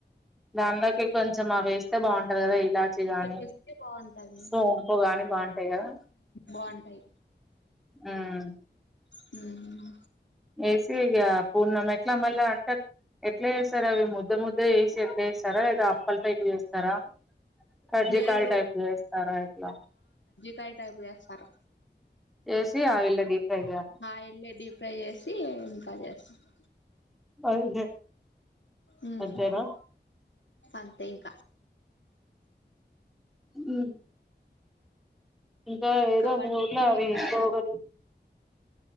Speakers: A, in the centre; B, on the left.
A: దానిలోకి కొంచం కొంచెం అవి వేస్తే బాగుంటాంది ర్ కదా ఇలాచి గాని
B: కలిపి వేస్తే బాగుంటది
A: సోంపు ఇంకో గాని బాగుంటాయి కదా
B: బాగుంటాయి
A: మ్
B: హుమ్
A: ఏసీ ఇగా పూర్ణం ఎట్లా మళ్ళా అం ఎట్లా చేస్తారా అవి ముద్ద ముద్ద వేసి ఎట్లా చేస్తారా లేదా అప్పల టైప్ చేస్తారా కర్జికయ
B: లేదు
A: టైప్ చేస్తారా ఇట్లా
B: కాయ టైపు చేస్తారు
A: చేసి ఆయిల్లో డీప్ ఫ్రై చేయాలి
B: ఆయిల్ లో డీప్ ఫ్రై చేసి ఇంకా చేస్త <inaudible>
A: అంతే
B: ఉమ్
A: అంతేనా
B: అంతే ఇంకా
A: ఉ ఇంకా ఏదో
B: పండక్కి
A: మీఊర్లో అవి
B: కారాలు
A: పోగాలు